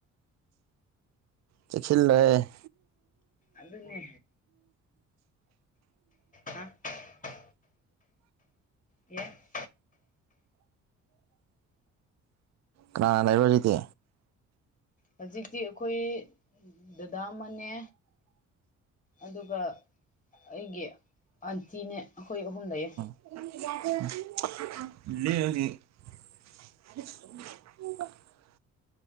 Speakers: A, on the right (about 60°); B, on the left (about 25°).
A: ꯆꯦꯛꯁꯤꯜꯂꯨꯍꯦ
B: ꯑꯗꯨꯅꯦ ꯍꯥ <inaudible> ꯑꯦ
A: ꯀꯅꯥꯒ ꯂꯩꯕ꯭ꯔꯣ ꯍꯧꯖꯤꯛꯇꯤ
B: ꯍꯧꯖꯤꯛꯇꯤ ꯑꯩꯈꯣꯏ ꯗꯗꯥ ꯑꯃꯅꯦ ꯑꯗꯨꯒ ꯑꯩꯒꯤ ꯑꯟꯇꯤꯅꯦ ꯑꯩꯈꯣꯏ ꯑꯍꯨꯝ ꯂꯩꯌꯦ
A: <inaudible> <inaudible> ꯍ <inaudible>